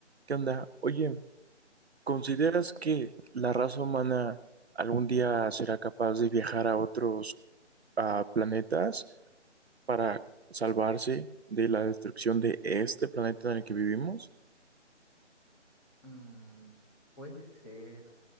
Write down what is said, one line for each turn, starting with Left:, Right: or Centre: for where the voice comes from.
Right: ¿Qué onda? Oye, ¿consideras
Left: Dime, dime.
Right: que la raza humana algún día será capaz de viajar a otros ah, planetas para salvarse de la destrucción de este planeta en el que vivimos?
Left: Mm, puede ser.